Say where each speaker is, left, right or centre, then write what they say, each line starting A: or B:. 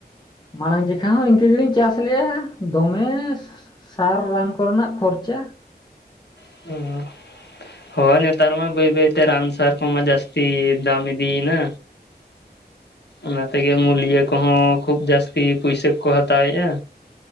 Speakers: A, on the left; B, on the left.
A: ᱢᱟᱲᱟᱝ ᱡᱮᱠᱷᱟ ᱦᱚᱸ ᱤᱝᱠᱟᱹ ᱜᱮᱞᱤᱧ ᱪᱟᱥ ᱞᱮᱜ-ᱟ ᱫᱚᱢᱮ ᱥᱟᱨ ᱨᱟᱱ ᱠᱚᱨᱮᱱᱟᱜ ᱠᱷᱚᱨᱪᱟ
B: <unintelligible> ᱦᱚᱭ ᱱᱮᱛᱟᱨ ᱢᱟ ᱵᱟᱹᱭ ᱵᱟᱹᱭᱛᱮ ᱨᱟᱱ ᱥᱟᱨ ᱠᱚᱢᱟ ᱡᱟᱹᱥᱛᱤ ᱫᱟᱢ ᱤᱫᱤᱭᱮᱱᱟ ᱚᱱᱟ ᱛᱮᱜᱮ ᱢᱩᱞᱭᱟ ᱠᱚᱦᱚᱸ ᱠᱷᱩᱵ ᱡᱟᱹᱥᱛᱤ ᱯᱩᱭᱥᱟ ᱠᱚ ᱦᱟᱛᱟᱣᱮᱜ-ᱟ